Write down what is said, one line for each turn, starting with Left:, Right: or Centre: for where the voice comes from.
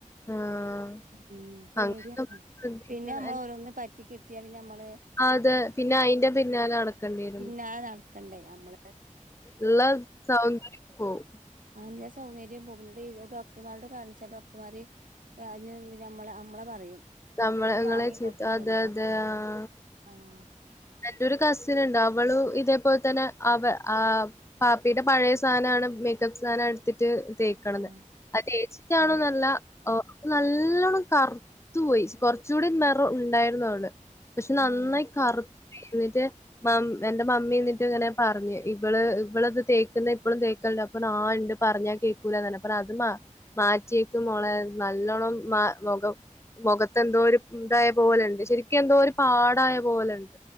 Left: ആഹ്
Right: ഉം പേടിയാണെ
Left: അങ്ങനത്തെ നമ്മള് ശ്രദ്ധിക്കണം
Right: പിന്നെ നമ്മൾ
Left: എൻ-
Right: ഓരോന്ന് പറ്റി കിട്ട്യാ പിന്നെ ഞമ്മള്
Left: അതെ പിന്നെ അയിന്റെ പിന്നാലെ നടക്കണ്ടി വരും
Right: പിന്നാലെ നടക്കണ്ടേ നമ്മള്
Left: ഇള്ള സൗന്ദര്യവും പോവും
Right: ആഹ് ഇള്ള സൗന്ദര്യം പോവും. ഇന്നട്ട് ഈ ഡോക്ടർമാരോട് കാണിച്ചാ ഡോക്ടർമാര് ആഹ് അതിന് നമ്മള നമ്മളെ പറയും
Left: തമ്മളങ്ങളെ
Right: നിങ്ങൾ വാങ്ങി
Left: ചീത്ത
Right: കൊടുത്തിട്ടല്ലേ
Left: അതെ അതെ
Right: പറയും
Left: ആഹ്
Right: ആഹ്
Left: എന്റൊരു കസിന്ണ്ട്, അവളു ഇതേപോൽ തന്നെ അവെ ആഹ് പാപ്പിയുടെ യുടെ പഴെ സാനാണ് മേക്കപ്പ് സാനാ ത്തിട്ട് തേക്കണത്
Right: ആഹ്
Left: അത് തേച്ചിട്ടാണോന്നല്ല
Right: ആഹ്
Left: ഓ നല്ലോണ്ണം കറുത്തുപോയി കൊറച്ചൂടെ നേറം ഉണ്ടായിരുന്നു അവള് പക്ഷേ നന്നായി
Right: ആഹ്
Left: കറു ന്നിട്ട് മം എന്റെ മമ്മി എന്നിട്ട് ഇങ്ങനെ പറഞ് ഇവള് ഇവളത് തേക്കുന്ന ഇപ്പഴും തേക്കലുണ്ട് അപ്പൊ ആ ഉണ്ട് പറഞ്ഞാ കേക്കൂലന്നെ അപ്പം നാസിമാ അത് മാറ്റിയേക്ക് മോളെ നല്ലോണം മ മുഖം മുഖത്തെന്തോരു ഇതായ പോലെണ്ട് ശരിക്കെന്തോരു പാടായ പോലെണ്ട്